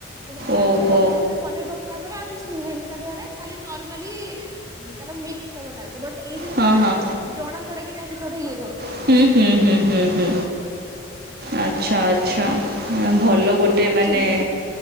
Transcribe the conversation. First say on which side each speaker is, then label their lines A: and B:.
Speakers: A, on the right; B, on the right.
A: ଆଉ
B: ଓହୋ
A: ଆଗରେ ପକେଇ ଦଉଛେ ସେ ଟିକ୍ ପନିର ପକେଇଲା ପରେ ଆଉ କିଛି ରୁହେନି ତା ଦେହରେ ଖାଲି ନର୍ମାଲି ତାର ମିକ୍ସ ଫ୍ଲେଭର୍ ଟା ଆସେ। ବଟ୍ ଏଇ ଜିନିଷ
B: ହଁ
A: ଟା ନା
B: ହଁ
A: ଆ ଜଣା ପଡେ କି ନାଇ କିଛି ଗୋଟେ ଇଏ କରୁ
B: ହୁଁ ହୁଁ ହୁଁ ହୁଁ ହୁ ଆଛା ଆଛା ଅ ଭଲ
A: ତ
B: ଗୋଟେ
A: ଆଉ
B: ମାନେ
A: ଚିନି ଟା